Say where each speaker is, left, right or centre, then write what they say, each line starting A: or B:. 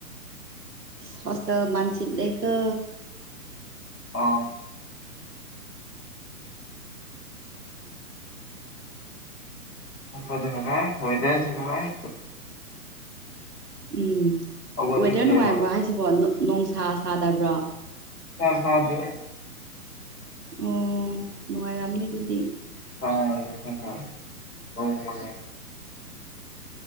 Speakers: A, on the right; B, on the left.
A: ꯍꯋꯥꯁ ꯃꯆꯦ ꯂ ꯀ
B: ꯑꯥ ꯥꯏ ꯍꯣꯏꯗꯕꯥꯥꯏ
A: ꯎꯝ
B: ꯍꯧꯒꯠꯅꯤꯡꯗꯦꯕ
A: ꯋꯦꯗꯔ ꯅꯨꯡꯉꯥꯏꯕ꯭ꯔꯣ ꯍꯥꯏꯁꯤꯕꯣ ꯅꯣꯡꯁꯥ ꯁꯥꯗꯕ꯭ꯔꯣ
B: ꯍ ꯁꯥꯗ
A: ꯑꯣ ꯅꯨꯡꯉꯥꯏꯔꯑꯝꯅꯤ ꯑꯗꯨꯗꯤ
B: ꯍ ꯍ